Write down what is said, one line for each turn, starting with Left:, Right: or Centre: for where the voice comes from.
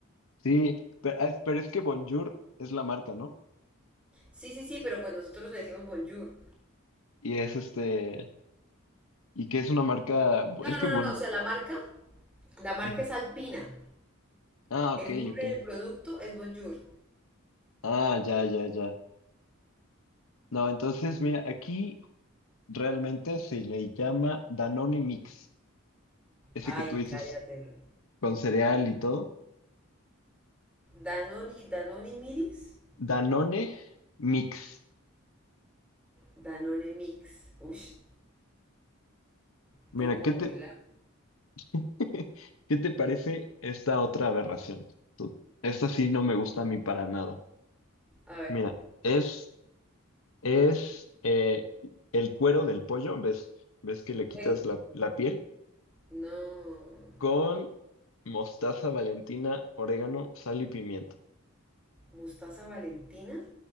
Left: Sí, pero, ah, pero es que bonjour es la marca, ¿no?
Centre: Sí, sí, sí, pero pues nosotros le decimos bonjour.
Left: Y es este, y que es una marca,
Centre: No,
Left: es
Centre: no, no,
Left: que bon...
Centre: no, no, o sea, la marca, la marca
Left: Ujú.
Centre: es Alpina.
Left: Ah,
Centre: El
Left: ok,
Centre: nombre
Left: ok.
Centre: del producto es Bonjour.
Left: Ah, ya, ya, ya. No, entonces, mira, aquí realmente se le llama Danone Mix. ese
Centre: Ay,
Left: que tú dices
Centre: cállate.
Left: con cereal y todo,
Centre: Danone, Danone Miris,
Left: Danone Mix.
Centre: Danone Mix. Ush, está
Left: Mira,
Centre: como
Left: ¿qué te,
Centre: muy largo.
Left: <laughs> qué te parece esta otra aberración? Tú- esta sí no me gusta a mí para nada.
Centre: A ver.
Left: Mira, es, es eh, el cuero del pollo, ¿ves? ¿Ves que le quitas
Centre: Ay,
Left: la, la piel?
Centre: no.
Left: Con mostaza, Valentina, orégano, sal y pimienta.
Centre: Mostaza Valentina.